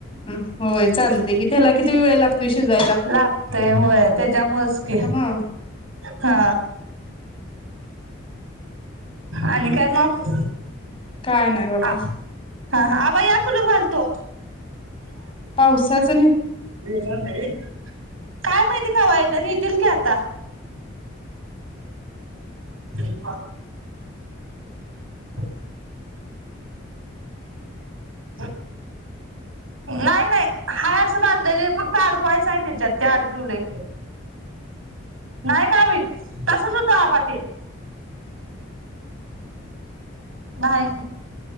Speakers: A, on the left (about 25°); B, on the right (about 90°).
A: ह होय. चालते कि त्याला किती वेळ लागतोय शिजायला
B: लागतय होय त्याच्यामुळंच की
A: हा
B: हा आणि काय मग
A: काय नाही बघा
B: आ हा आबा या कुलूप घालतो.
A: पाऊस चाच
B: णार नाही काय माहिती थ का आता ह ह ह नाही नाही हाय असं बांध फक्त आडकवायचं आहे त्याच्यात ते अडकवले नाही का होत तसच होत आपात नाही